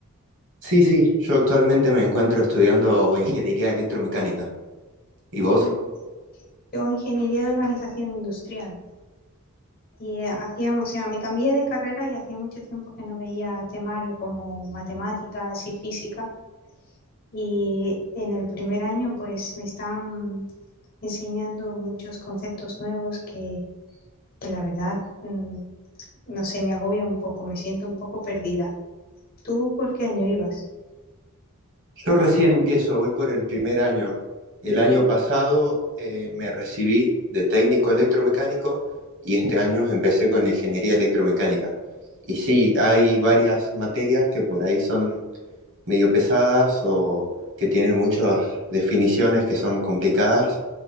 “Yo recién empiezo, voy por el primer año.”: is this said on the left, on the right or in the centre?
Right